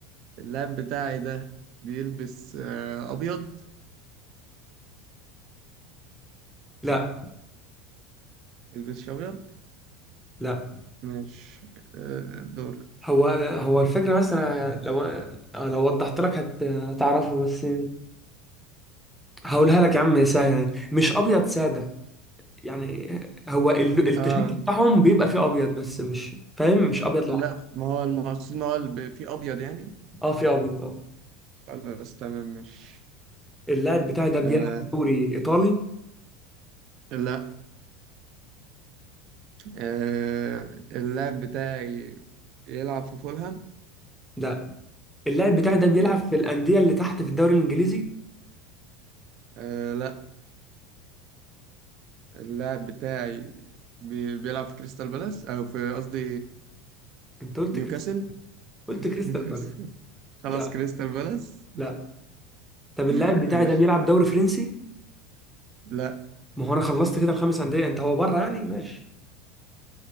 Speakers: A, on the right; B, in the centre.
A: اللاعب بتاعي ده بيلبس آه ابيض
B: لا
A: بيلبسش ابيض
B: لا
A: مش آه، دور
B: هو هو الفكره بس انا لو لو وضحت لك هت- هتعرفه بس هقولها لك يا عم سهله مش ابيض ساده يعني هو ال- التيشيرت
A: آه
B: بتاعهم بيبقى فيه ابيض بس مش فاهم مش ابيض لوحده
A: لا ما هو المقصود ان هو اللي ب- فيه ابيض يعني
B: اه فيه ابيض اه
A: خلاص تمام مش
B: اللاعب بتاعي ده بيلعب
A: آه
B: في دوري ايطالي
A: لا آه اللاعب بتاعي يلعب في فولهام
B: لا اللاعب بتاعي ده بيلعب
A: ماشي.
B: في الانديه اللي تحت في الدوري الانجليزي
A: آه لا اللاعب بتاعي بي بيلعب في كريستال بالاس او في قصدي
B: انت قلت
A: نيوكاسل
B: كريستال قلت
A: <laughs>
B: كريستال بالاس
A: خلاص
B: لا
A: كريستال بالاس
B: لا طب اللاعب
A: <laughs>
B: بتاعي
A: ماشي
B: ده بيلعب دوري فرنسي
A: لا
B: ما هو انا خلصت كده الخمس انديه انت هو بره يعني ماشي